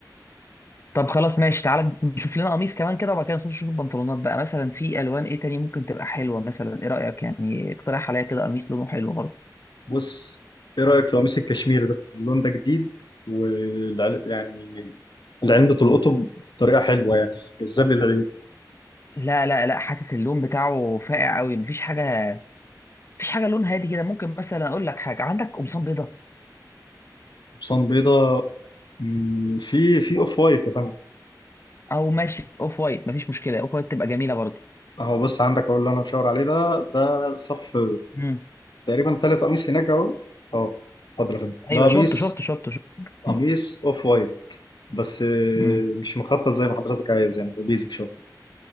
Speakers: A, on the left; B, on the left.
A: طب خلاص ماشي تعالى نشوف لنا قميص كمان كده وبعد كده نخش نشوف بنطلونات بقى مثلا في الوان ايه تاني ممكن تبقى حلوه مثلا ايه رايك يعني اقترح عليا كده قميص لونه حلو برضه
B: بص ايه رأيك في قميص الكشمير ده اللون ده جديد والعل... يعني العين بتلقطه بطريقة حلوة يعني جذاب للعيون
A: لا لا لا حاسس اللون بتاعه فاقع قوي مفيش حاجه مفيش حاجه لون هادي كده ممكن مثلا اقول لك حاجه عندك قمصان بيضه
B: قمصان بيضاء مم، في في اوف وايت يا فندم
A: او ماشي اوف وايت مفيش مشكله اوف وايت تبقى جميله برضه
B: اهو بص عندك اهو اللي انا مشاور عليه ده ده صف
A: امم
B: تقريبا تالت قميص هناك اهو اهو اتفضل يا فندم
A: ايوه
B: ده قميص
A: شفت شفت شفت شفت
B: قميص
A: مم.
B: اوف وايت بس آه،
A: مم.
B: مش مخطط زي ما حضرتك عايز يعني بيزك شوية